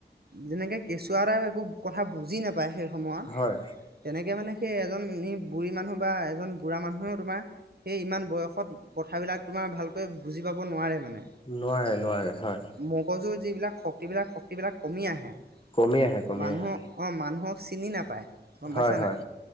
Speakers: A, on the right; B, on the left.
A: যেনেকে কেঁচুৱাএটাও একো কথা বুজি না পায় সেই সময়ত
B: হয়
A: তেনেকৈ মানে সেই এজন ই বুঢ়ী মানুহ বা এজন বুঢ়া মানুহেও তোমাৰ সেই ইমান বয়সত কথাবিলাক তোমাৰ ভালকৈ বুজি পাব নোৱাৰে মানে
B: নোৱাৰে নোৱাৰে হয়
A: মগজু যিবিলাক শক্তিবিলাক শক্তিবিলাক কমি আহে
B: কমি আহে কমি
A: মানুহ
B: আহে
A: অ মানুহক চিনি নাপায় গম পাইছা
B: হয় হয়
A: নাই